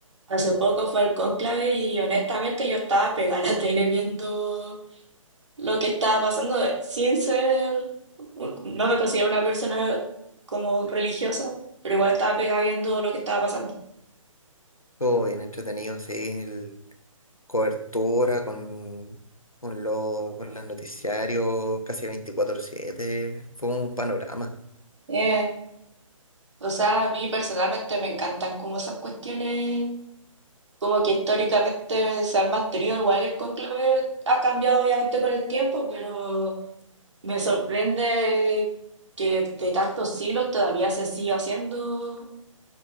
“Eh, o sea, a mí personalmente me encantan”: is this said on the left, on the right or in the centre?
Right